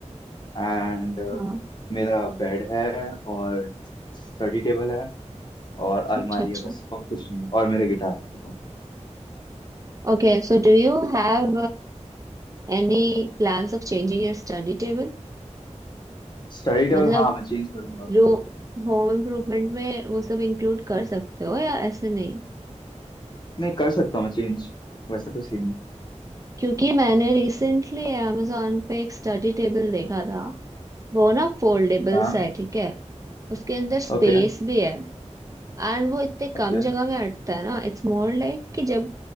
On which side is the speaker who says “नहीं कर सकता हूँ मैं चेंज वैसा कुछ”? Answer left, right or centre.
Left